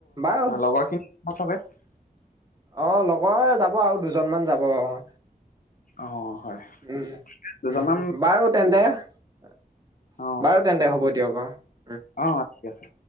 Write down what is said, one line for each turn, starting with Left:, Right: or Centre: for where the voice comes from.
Right: বাৰু
Left: লগৰখিন <unintelligible>
Right: অ', লগৰ যাব আৰু দুজনমান যাব। উম,
Left: অ হয়
Right: উম
Left: দুজনমান
Right: বাৰু তেন্তে <unintelligible>
Left: অ
Right: বাৰু তেন্তে হ'ব <unintelligible>
Left: অ', ঠিক আছে।